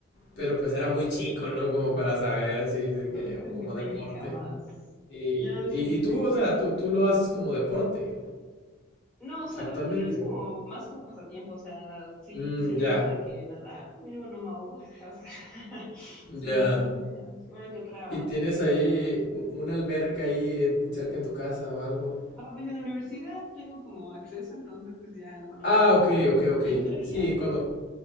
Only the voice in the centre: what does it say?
Ah,
Técnica más.
¿Y ya no le seguiste?
No, o sea,
igual es como más como pasatiempo, o sea, sí,
sí le
meto de que nada, mínimo no me ahogo, <laughs> o sea, <laughs> sí,
<laughs> una que otra
patada.
Ah, pues en la universidad tengo como acceso, entonces pues ya nomás
de que
eh,
entro y
ya.